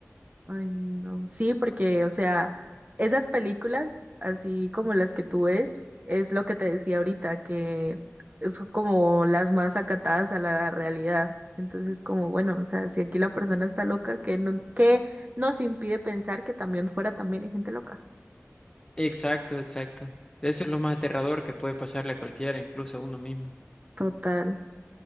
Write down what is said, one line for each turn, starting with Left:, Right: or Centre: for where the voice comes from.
Right: Ay, no. Sí, porque, o sea, esas películas, así como las que tú ves, es lo que te decía ahorita, que son como las más acatadas a la realidad. Entonces, como, bueno, o sea, si aquí la persona está loca, ¿qué, no, qué nos impide pensar que también fuera también hay gente loca?
Left: Exacto, exacto. Eso es lo más aterrador que puede pasarle a cualquiera, incluso a uno mismo.
Right: Total.